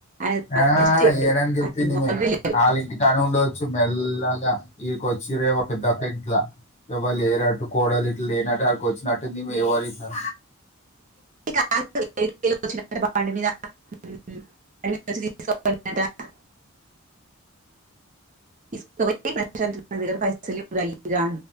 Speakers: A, on the right (about 35°); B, on the left (about 30°).
A: ఆయన తాగడు
B: ఆ
A: చేయడు
B: ఏడని చెప్పిందిమే
A: ఆయన ఇన్వాల్వ్ లేదు.
B: ఆళ్ళ ఇంటి కాడ ఉండొచ్చు మెల్లగా ఇడికి వ చిరే ఒక డబ్ ఇంట్లా ఎవళ లేనట్టు కోడలు ఇట్లా లేనట్టు అడికి వచ్చినట్టుందిమె ఎవరు ఈమె
A: <unintelligible> <unintelligible> తీసుకపోయ్యి ప్రశాంతు నా దగ్గర పైసల్ లెవ్వురా ఇయ్యిరా